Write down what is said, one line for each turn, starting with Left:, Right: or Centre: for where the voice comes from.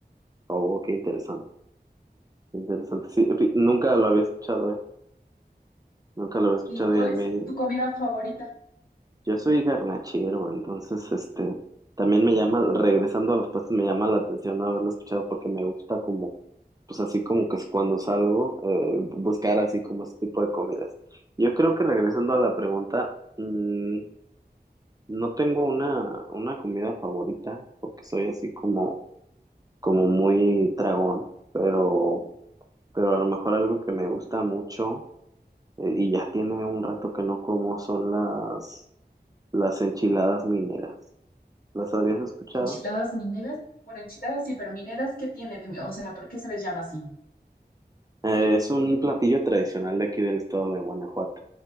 Right: oh, qué interesante, qué interesante. Sí, fi- nunca lo había escuchado, ¿eh? Nunca lo había escuchado
Left: ¿Y cuál
Right: y a mí,
Left: es tu comida favorita?
Right: yo soy garnachero, entonces, este, también me llama, regresando a los pastes, me llama la atención no haberlo escuchado porque me gusta como pues así como que es cuando salgo, eh, buscar así como ese tipo de comidas. Yo creo que regresando a la pregunta, mm, no tengo una, una comida favorita, porque soy así como, como muy tragón, pero, pero a lo mejor algo que me gusta mucho, eh, y ya tiene un rato que no como, son las, las enchiladas mineras. ¿Las habías escuchado?
Left: ¿Enchiladas mineras? Bueno, enchiladas sí, pero mineras, ¿qué tiene de mi- O sea, ¿por qué se les llama así?
Right: Eh, es un platillo tradicional de aquí del estado de Guanajuato